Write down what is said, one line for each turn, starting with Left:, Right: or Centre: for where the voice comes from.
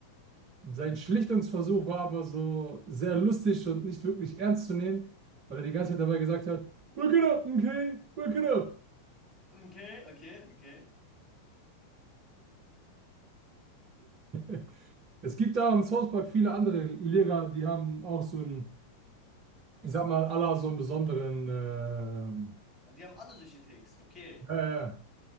Right: Sein Schlichtungsversuch war aber so sehr lustig und nicht wirklich ernst zu nehmen, weil er die ganze Zeit dabei gesagt hat, Wake it up, okay? Wake it up.
Centre: Okay, okay, okay.
Right: <laughs> Es gibt da im South Park viele andere Lehrer, die haben auch so einen, ich sag mal, aller so einen besonderen, ähm,
Centre: Also die haben alle solche Ticks. Okay.
Right: ja, ja. ja.